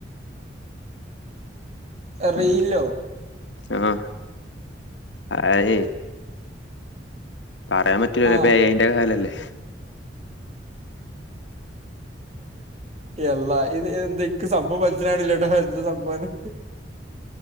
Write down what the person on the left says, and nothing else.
ഉം ആഹ് ഹായി പറയാൻ പറ്റൂല
ഇപ്പൊ എ ഐന്റെ കാലല്ലേ